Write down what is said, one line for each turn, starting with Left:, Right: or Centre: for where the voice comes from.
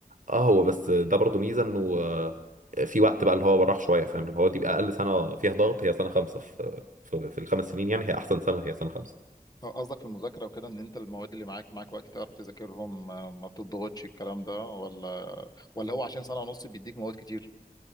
Right: اه هو بس ده برضه ميزة إنه آه، في وقت بقى اللي هو راح شوية فاهم اللي هو دي بقى أقل سنة فيها ضغط هي سنة خمسة في في, في الخمس سنين يعني هي أحسن سنة هي سنة خمسة
Left: قصدك في المذاكره وكده ان انت المواد اللي معاك معاك وقت تعرف تذاكرهم آه، ما بتضغطش الكلام ده ولا ولا هو عشان سنه ونص بيديك مواد كتير